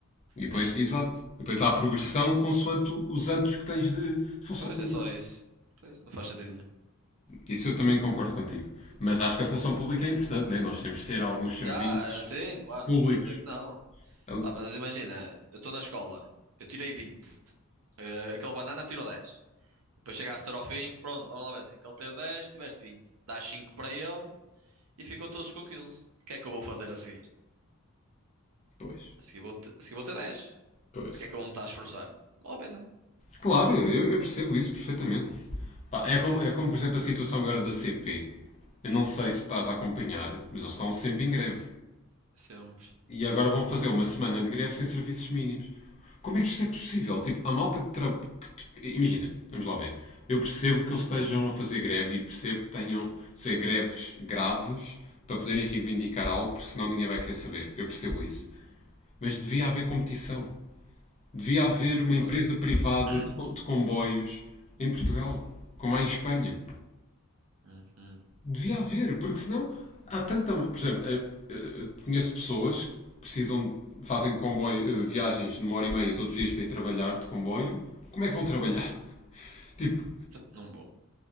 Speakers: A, on the left; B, on the right.
A: E depois,
B: a existir.
A: exato. E depois há progressão consoante os anos que tens de, de função
B: Pois,
A: pública.
B: é só isso. Pois, não faz sentido nenhum.
A: Isso eu também concordo contigo. Mas acho que a função pública é importante, né? Nós temos de ter alguns serviços
B: Ah, é assim, claro,
A: públicos.
B: não estou a dizer que não.
A: Ali-
B: Pá, mas imagina, eu estou na escola, eu tirei 20, Eh, aquele banana tirou dez, Depois chegaste ao fim, pronto, vamos lá ver assim. Aquele teve 10, tiveste 20. Dás 5 para ele, e ficam todos com 15. O que é que eu vou fazer a seguir?
A: Pois,
B: A seguir vou, te- a seguir vou ter dez
A: pois.
B: Para que é que eu vou me estar a esforçar? Não vale a pena.
A: Claro, eu, eu percebo isso perfeitamente. Pá, é como, é como, por exemplo, a situação agora da CP. Eu não sei se estás a acompanhar, mas eles estão sempre em greve.
B: Sempre,
A: E agora vão fazer uma semana de greve sem serviços mínimos. Como é que isto é possível? Tipo, a malta que, tra... que t- Imagina, vamos lá ver. Eu percebo que eles estejam a fazer greve e percebo que tenham de ser greves graves para poderem reivindicar algo, porque senão ninguém vai querer saber. Eu percebo isso. Mas devia haver competição. Devia haver uma
B: claro.
A: empresa privada
B: <coughs>
A: de co- de
B: <clears throat>
A: comboios em Portugal, como há em Espanha.
B: Uhum.
A: Devia haver, porque senão há tanta. Por exemplo, eh, eh, eh, conheço pessoas que precisam, fazem comboio, eh, viagens de uma hora e meia todos os dias para ir trabalhar de comboio. Como é que vão trabalhar? <laughs> Tipo,
B: Não vou.